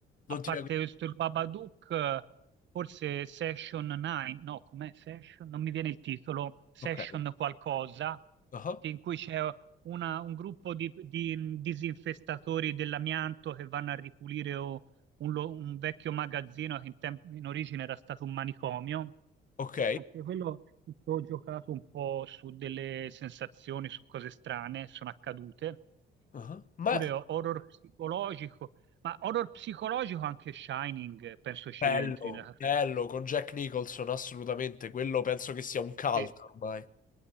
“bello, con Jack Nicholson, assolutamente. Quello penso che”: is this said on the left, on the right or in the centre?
Left